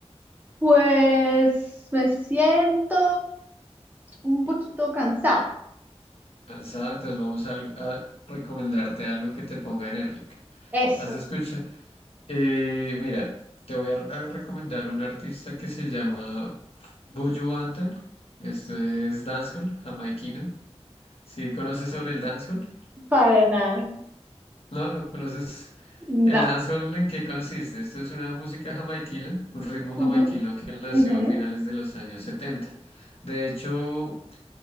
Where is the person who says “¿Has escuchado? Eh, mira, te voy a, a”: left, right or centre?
Left